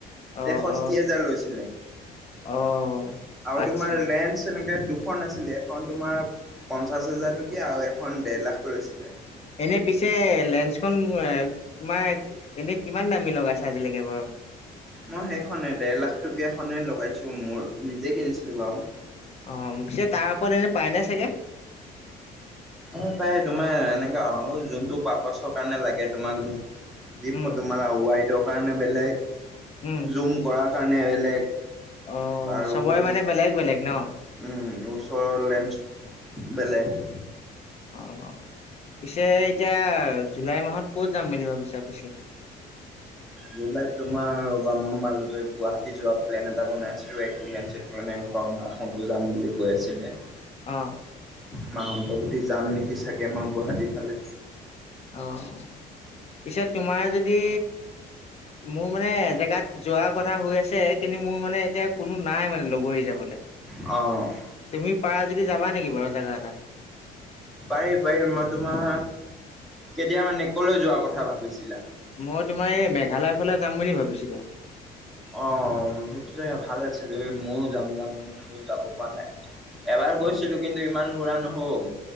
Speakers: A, on the left (about 40°); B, in the centre.
A: অ
B: তেষষ্ঠি
A: অ
B: হাজাৰ লৈছিল,
A: অ
B: আৰু
A: আচ্ছা
B: তোমাৰ এনেকৈ দুখন আছিলে, এখন তোমাৰ পঞ্চাছ হাজাৰ টকীয়া আৰু এখন ডেৰ লাখ লৈছিলে।
A: এনে পিছে লেন্ঞ্চখন তোমাৰ এনে কিমান দামী লগাইছ আজিলৈকে বাৰু।
B: মই সেইখনেই ডেৰ লাখ টকীয়াখনে লগাইছোঁ মোৰ নিজে কিনিছিলোঁ বাৰু।
A: অ' পিছে তাৰ ওপৰত এনে পায় নাই চাগে।
B: অ' পাই তোমাৰ এনেকা আৰু যোনটো পাৰাপচৰ কাৰণে লাগে তোমাক যি
A: উম
B: ফটো মাৰা ৱাইডৰ কাৰণে বেলেগ,
A: উম
B: জুম কৰাৰ কাৰণে বেলেগ।
A: অ
B: বাৰু
A: চবৰে
B: উম
A: মানে বেলেগ বেলেগ ন
B: ওচৰৰ লেঞ্চ বেলেগ।
A: অ' পিছে এতিয়া জুলাই মাহত কত যাম বুলি ভাবিছা পিছে?
B: জুলাইত তোমাৰ বা মই মাজতে গুৱাহাটী যোৱা প্লেন এটা বনাইছিলোঁ একলেন চেকু মানে ঘৰৰ মা হত যাম বুলি কৈ আছিলে।
A: অ
B: মা হন্তবটি যাম নেকি চাগে মই গুৱাহাটীৰ ফালে।
A: অ' পিছে তোমাৰ যদি মোৰ মানে জেগাত যোৱাৰ কথা হৈ আছে কিন্তু মোৰ মানে এতিয়া কোনো নাই মানে লগৰী যাবলৈ।
B: অ'।
A: তুমি পাৰা যদি যাবা নেকি বাৰু জাগা এটা?
B: পাৰিম পাৰিম, মই তোমাৰ কেতিয়া মানে কলৈ যোৱা কথা ভাবিছিলা?
A: মই তোমাৰ এই মেঘালয়ৰ ফালে যাম বুলি ভাবিছিলো।
B: অ' সেইটো জেগা ভাল আছিলো এই ময়ো যাম যাম গ। যাব পৰা নাই এবাৰ
A: অ
B: গৈছিলোঁ কিন্তু ইমান ঘূৰা নহল।